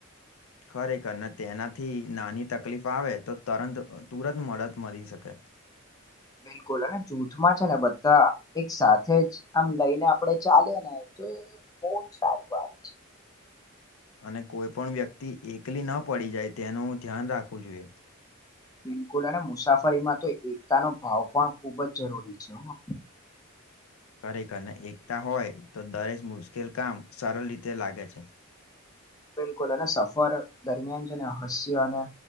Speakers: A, on the left; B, on the left.
A: ખરેખરને તેનાથી નાની તકલીફ આવે તો તરંત તુરંત મદદ મળી શકે.
B: <inaudible> બિલકુલ અને જૂથમાં છે ને બધા એક સાથે જ આમ લઈને આપડે ચાલેએ ને તો એ બોવ જ સારી વાત છે.
A: અને કોઈપણ વ્યક્તિ એકલી ન પડી જાય તેનું ધ્યાન રાખવું જોઈએ.
B: બિલકુલ અને મુસાફરીમાં તો એકતાનો ભાવ પણ ખુબ જ જરૂરી છે હ <inaudible>
A: ખરેખરને એકતા હોય તો દરેક મુશ્કેલ કામ સરળ રીતે લાગે છે.
B: બિલકુલ અને સફર દરમિયાન છે ને હાસ્ય અને